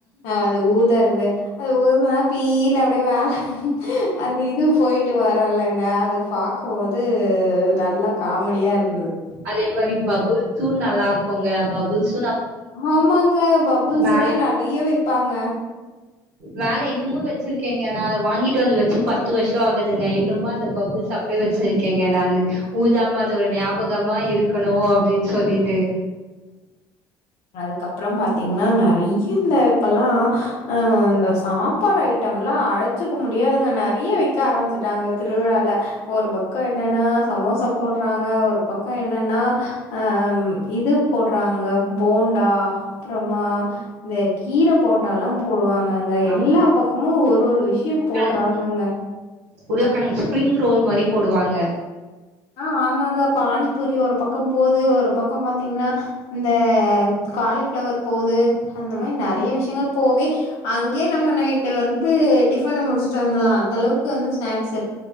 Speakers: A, on the left (about 70°); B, on the right (about 80°).
A: அ அது ஊதறது அது ஊதுனா பீனு அப்டே மேல அந்த இது போயிட்டு வரு இல்லங்க அது பாக் து நல்லா காமெடியா இருந்
B: அதே மாரி பபுல்ஸு நல்லார் குங்க பபுல்ஸ்
A: ஆமாங்க பபுள்ஸுமே
B: மேல
A: நறைய வெ ப்பாங்க
B: மேல இன்னுமு வெச்சிருக்கேங்க நா அத வாங்கிட்டு வந்து வெச்சு பத்து வர்ஷொ ஆகுதுங்க இன்னுமு அந்த பபுள்ஸ் அப்டே வெச்சிருக்கேங்க நானு ஊதாம அது ஒரு ஞாபகமா இருக்கணு அப்டின் சொல்லிட்டு
A: அதுக்கப்புறம் பாத்தீங்னா நறைய இந்த இப்பெல்லா அஹ் இந்த சாப் பாடு ஐட்டம்லா அழச்சிக்க முடியாதுங்க நறிய விக்க ஆரமிச்சிட்டாங்க திருவிழால ஒரு பக்கொ என்னெனா சமோசா போட்றாங்க ஒரு பக்கொ என்னென்னா அ ம் இது போட்றாங்க போண்டா அப்பறமா இந்த கீர போண்டால்லா போடுவாங்கங்க
B: ஆ
A: எல்லா பக்கமு ஒரு ஒரு விஷியம்
B: உருளக்கெழங்கு
A: போட்றாங்கங்க
B: உருளக்கெழங்கு ஸ்ப்ரிங் ரோல் மாரி போடுவாங்க
A: ஆஹ் ஆமாங்க பானிபூரி ஒரு பக்கம்போது ஒரு பக்கோ பாத்தீங்னா இந்த காலிஃபிளவர் போது அந்த மா நறைய விஷயங்கள் போவே அங்கியே நம்ம நைட்டு வந்து டிஃபன முடிஷ்டு வந்துல்லா அந் தளவுக்கு வந்து ஸ்னாக்ஸ் இரு